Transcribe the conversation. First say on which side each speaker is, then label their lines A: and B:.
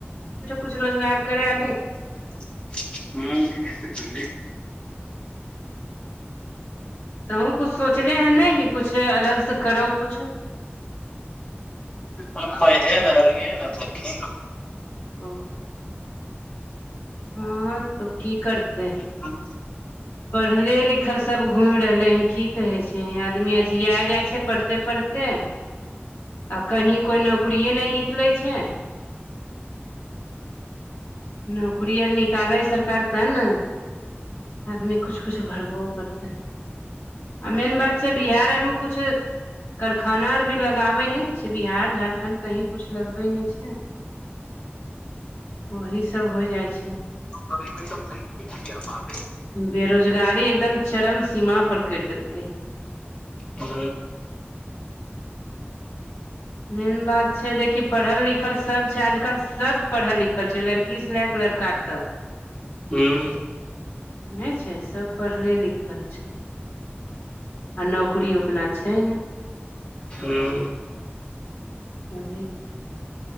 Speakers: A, on the left; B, on the left.
A: कछु रोजगार करे आ
B: ह <unintelligible>
A: तह कुछ सोचले है ने कऽ कुछ अलग से करो कुछ
B: हम पैधे रहलियै देखी
A: ह ह तऽ कि करते
B: अच्छा।
A: पढ़ले लिखल सभ घुमि रहले हन कि कहे छै कही आदमी आ जिया जाई छै पढ़ते पढ़ते आ कही कोई नोके नहि निकले छै नौकरी आर निकालै सरकार ते न आदमी कुछु कुछु भरबो करतै आ मेन बात छै बिहार आर मे किुछु कारखाना आर भी लगाबे नहि ने छै बिहार झारखण्ड कह कुछु लगबे नहि छै वही सभ होई जाई छै
B: सट <unintelligible>
A: बेरोजगारी एकदम। चरम सीमा पर करटि देलके
B: हू।
A: मेन बात। छै देखिय पढ़ल लिखल सभ छै आजकल सभ पढ़ल लिखल छै लड़की से लए कऽ लड़का तक <unintelligible>
B: हूँ
A: नहि छै सभ पढ़ले लिखल छै। आ नौकरी ओतना छै न
B: हू
A: आने तऽ